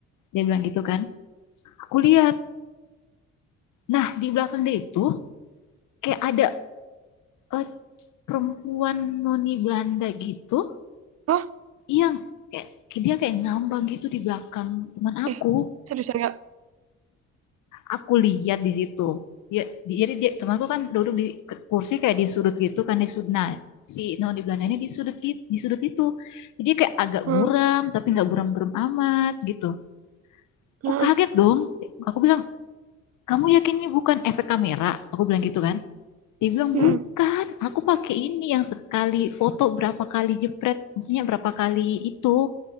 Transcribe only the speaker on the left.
dia bilang gitu kan aku lihat nah di belakang dia itu kayak ada eh, perempuan noni Belanda gitu
yang kayak dia kayak ngambang gitu di belakang teman aku
aku lihat di situ ya jadi dia temanku kan duduk di kursi kayak di sudut gitu kan di sudut nah si non di Belanda ini di sudut di sudut itu jadi kayak agak
buram tapi nggak buram-buram amat gitu aku
kaget dong aku bilang kamu yakin ini bukan efek kamera aku bilang gitu kan dia bilang bukan
aku pakai ini yang sekali foto berapa kali jepret maksudnya berapa kali itu